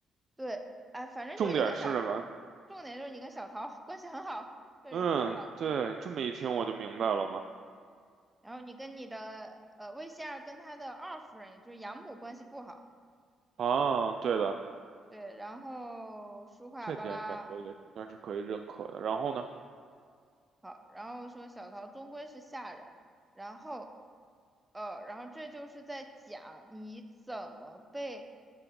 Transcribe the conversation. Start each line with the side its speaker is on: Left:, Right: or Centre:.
Centre: 对，哎，反正就是你跟小，
Right: 重点是什么？
Centre: 重点就是你跟小桃 <laughs> 关系很好，这里说了。
Right: 嗯，对，这么一听我就明白了嘛。
Centre: 然后你跟你的呃魏仙儿跟他的二夫人，也就是养母关系不好，
Right: 啊，对的，
Centre: 对，然后书画巴拉
Right: 这点感觉也应该是可以认可的。然后呢？
Centre: 好，然后说小桃终归是下人，然后呃，然后这就是在讲你怎么被